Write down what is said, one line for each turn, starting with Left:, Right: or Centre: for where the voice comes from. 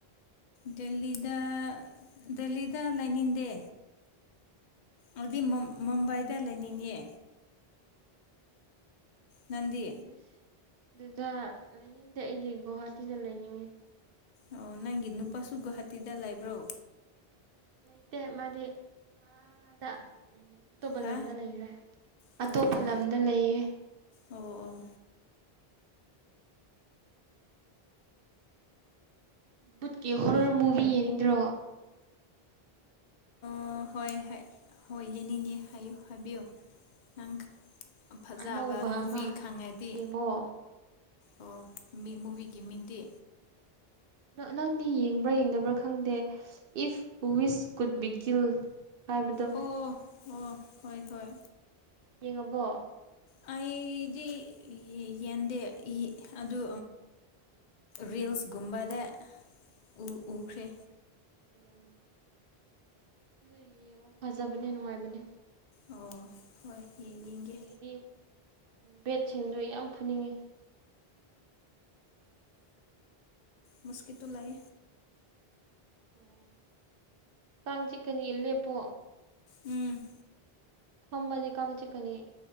Left: ꯗꯗ ꯗꯦꯜꯂꯤꯗ ꯂꯩꯅꯤꯡꯗꯦ ꯑꯗꯨꯗꯤ
Right: ꯂꯩꯅꯤꯡꯗꯦ
Left: ꯃꯨꯝꯕꯥꯏꯗ ꯂꯩꯅꯤꯡꯅꯤꯌꯦ ꯅꯪꯗꯤ
Right: ꯑꯣꯗꯁ ꯑꯗꯨꯗ ꯂꯩꯅꯤꯡꯗꯦ ꯑꯩꯗꯤ ꯒꯨꯍꯥꯇꯤꯗ ꯂꯩꯅꯤꯡꯉꯤ
Left: ꯑꯣ ꯅꯪꯒꯤ ꯅꯨꯄꯥꯁꯨ ꯒꯨꯍꯥꯇꯤꯗ ꯂꯩꯕ꯭ꯔꯣ
Right: ꯂꯩ ꯂꯩꯇ ꯃꯥꯗꯤ ꯑꯗ ꯎꯝ ꯑꯇꯣꯞꯄ
Left: ꯍꯥ
Right: ꯂꯝꯗ ꯂꯩꯈ꯭ꯔꯦ
Left: ꯑꯣ
Right: ꯑꯇꯣꯞꯄ ꯂꯝꯗ ꯂꯩꯌꯦ
Left: ꯑꯣ ꯑꯣ
Right: ꯕꯨꯠꯀꯤ ꯍꯣꯔꯔ ꯃꯨꯚꯤ ꯌꯦꯡꯅꯤꯡꯗ꯭ꯔꯣ <inaudible>
Left: ꯑꯣ ꯍꯣꯏ ꯍꯣꯏ ꯏꯅꯤꯅꯦ ꯍꯥꯏꯌꯨ ꯍꯥꯏꯕꯤꯌꯣ ꯅꯪ ꯐꯖꯕ
Right: ꯑꯅꯧꯕ
Left: ꯃꯨꯚꯤ
Right: ꯑꯃ
Left: ꯈꯪꯉꯗꯤ
Right: ꯌꯦꯡꯉꯣ
Left: ꯑꯣ ꯃꯤꯠ ꯃꯨꯚꯤꯒꯤ ꯃꯤꯗꯤ
Right: ꯅꯪꯗꯤ ꯌꯦꯡꯕ꯭ꯔꯥ ꯌꯦꯡꯗꯕ꯭ꯔꯥ ꯈꯪꯗꯦ ꯏꯐ ꯋꯤꯁ ꯀꯒꯨꯠ ꯕꯤꯤꯀꯤꯤꯜ ꯍꯥꯏꯕꯗꯣ
Left: ꯑꯣ ꯑꯣ ꯍꯣꯏ ꯍꯣꯏ
Right: ꯌꯦꯡꯉꯕꯣ
Left: ꯑꯩꯗꯤ ꯌꯦꯟꯗꯦ ꯑꯗꯨ ꯔꯜꯁꯒꯨꯝꯕꯗ ꯎ ꯎꯈ꯭ꯔꯦ
Right: ꯎꯝ ꯑꯗꯨ ꯌꯦꯡꯉꯣ ꯐꯖꯕꯅꯦ ꯅꯨꯡꯉꯥꯏꯕꯅꯦ
Left: ꯑꯣ ꯍꯣꯏ ꯌꯦꯡꯒꯦ
Right: ꯏꯇ ꯑꯗꯨ ꯕꯦꯠꯁꯤꯡꯗꯣ ꯌꯥꯝ ꯐꯨꯅꯤꯡꯉꯤ
Left: ꯃꯁꯀꯤꯇꯨ ꯂꯥꯏ
Right: ꯑꯣ ꯀꯥꯡꯥꯡ ꯆꯤꯛꯀꯅꯤ ꯂꯦꯞꯄꯣ
Left: ꯎꯝ
Right: ꯐꯝꯕꯅꯤ ꯀꯪ ꯆ ꯀꯅꯤ